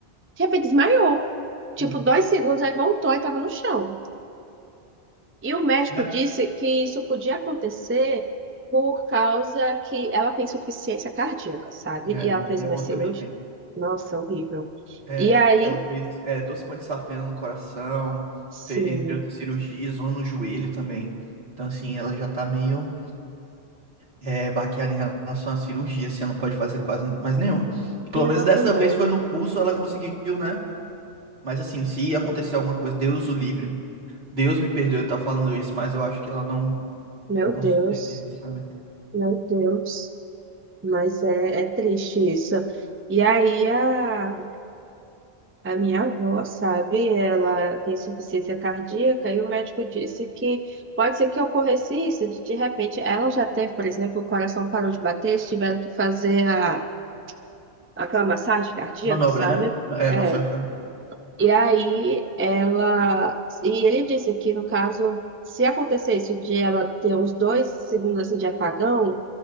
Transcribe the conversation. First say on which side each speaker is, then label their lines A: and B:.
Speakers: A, on the right; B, on the right.
A: de repente desmaiou. Tipo,
B: uhum.
A: dois segundos, aí voltou e tava no chão. E o médico
B: Da minha-
A: disse que isso podia acontecer por causa que ela tem insuficiência cardíaca, sabe?
B: É,
A: E ela fez
B: minha
A: uma
B: avó
A: cirurgia.
B: também tem.
A: Nossa, horrível.
B: É,
A: E aí,
B: ela fez é, duas pontes safena no coração,
A: sim,
B: fe- entre outras cirurgias, uma no joelho também. Então, assim, ela já tá meio é, baqueada em relação à cirurgia, assim, ela não pode fazer quase mais nenhuma. Pelo
A: minha
B: menos
A: avó
B: dessa
A: também.
B: vez foi no pulso, ela conseguiu, né? Mas assim, se acontecer alguma coisa, Deus o livre, Deus me perdoe eu estar falando isso, mas eu acho que ela não,
A: Meu Deus,
B: não sobrevive, sabe?
A: meu Deus. Mas é, é triste isso. E aí, a A minha avó, sabe, ela tem insuficiência cardíaca e o médico disse que pode ser que ocorresse isso, de, de repente ela já teve, por exemplo, o coração parou de bater, eles tiveram que fazer a, aquela massagem cardíaca,
B: Manobra,
A: sabe?
B: né? É,
A: É.
B: massagem cardíaca.
A: E aí ela. E ele disse que, no caso, se acontecer isso de ela ter uns dois segundos assim, de apagão